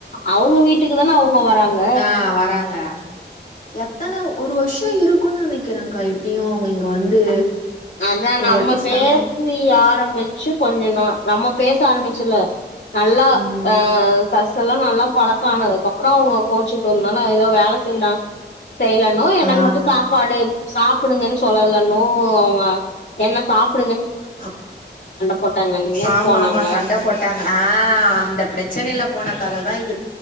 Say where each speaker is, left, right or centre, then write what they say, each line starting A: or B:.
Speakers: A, on the left; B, on the left.
A: அவங்க வீட்டுக்கு தான அவங்க வராங்க
B: ஆ வராங்க எத்தன ஒரு வர்ஷோ இருக்குன் நனைக்கிறன்க்கா எப்டியு அவுங்க இங்க வந்து
A: அதா
B: ஒரு
A: நம்ம
B: வாட்டி
A: பேசி
B: சண்
A: ஆரமிச்சு கொஞ்ச நா நம்ம பேச ஆரமிச்சுல நல்லா
B: ம்
A: ஆ சஸ் எல்லா நல்லா பழக்கானதுக்கப்புறோ அவ்ங்க கோச்சுட்டோன்தான எதோ வேல செய்றான் செய்லனு எனக்கு
B: ஆ
A: மட்டு சாப்பாடு சாப்புடுங்கன் சொல்லலன்னும் அவங்க என்ன சாப்
B: ஆப்
A: போட்டாங்கன்னு
B: ஆமா
A: போனாங்க
B: ஆமா சண்டை போட்டாங்கன்னா அந்த பிரச் பிரச்சனையில போன கததா இது